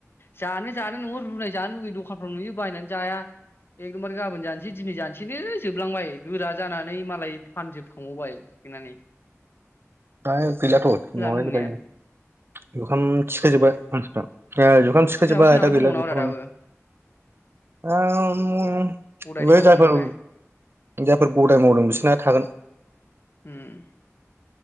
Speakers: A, on the left; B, on the right.
A: जानो जानो नङो रुनाय जानो लुैगैयो दखानफ्राव नुयो बायनानै जाया एखदमबार गाबोन जानोसै दिनै जानोसैनो जोबलांबाय गोरा जानानै मालाय फानजोबखांबावबाय खानानै
B: दायो गैलाथ' न'आवहायसो
A: लुबैनाया
B: गायो जुखाम थिखोजोब्बाय मानसिफ्रा ए जुखाम थिखोजोबबाय
A: ओ सोरनाबा
B: दा
A: दङनाब्रा
B: गैला जुखामानो
A: दाबो
B: <unintelligible>
A: गदाय
B: बे
A: थाबावो
B: जायफोर
A: नामाथाय
B: जायफोर गदाय मावदों बिसोरना थागोन
A: उम